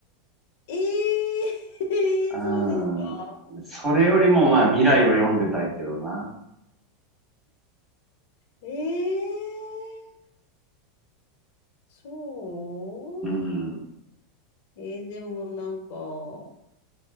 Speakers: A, on the left; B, on the right.
A: ええ
B: う
A: ー <laughs> そうですか。
B: ん。それよりもまあ未来を読んでたいけどな。
A: ええそう
B: うん。
A: ええでもなんか、